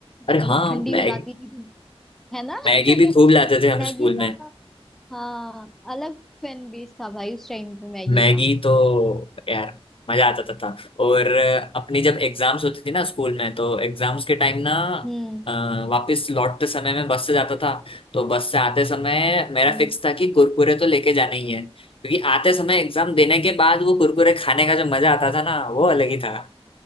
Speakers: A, on the left; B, in the centre.
A: अरे
B: और
A: हाँ
B: वो ठंडी
A: मैगी
B: हो जाती थी तो है ना
A: मैगी
B: <laughs>
A: भी खूब लाते थे हम
B: मैगी
A: स्कूल
B: का
A: में
B: हाँ अलग फैन बेस था भाई उस टाइम पे मैगी
A: मैगी
B: का
A: तो यार मजा आ जाता था और अपनी जब एग्जाम्स होती थी ना स्कूल में तो एग्जाम्स के टाइम ना
B: हम्म
A: अ, वापस लौटते समय मैं बस से जाता था तो बस से आते समय मेरा
B: हम्म
A: फिक्स था कि कुरकुरे तो लेके जाने ही है क्योंकि आते समय एग्जाम देने के बाद वो कुरकुरे खाने का जो मजा आता था ना वो अलग ही था